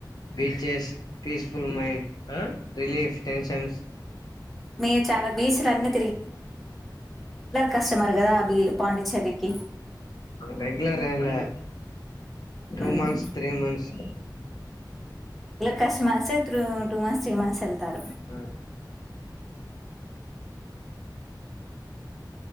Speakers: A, on the left; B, in the centre.
A: బీచెస్ పీస్ఫుల్ మైండ్ ఆ రిలీఫ్ టెన్షన్స్
B: మీరు చాలా బీస్ లన్ను కస్టమర్ కదా బి పాండిచ్చేరికి
A: రెగులర్ తమైందా two
B: um
A: months three months
B: కస్టమర్సే through two months three months ఎళ్తారు
A: ఆ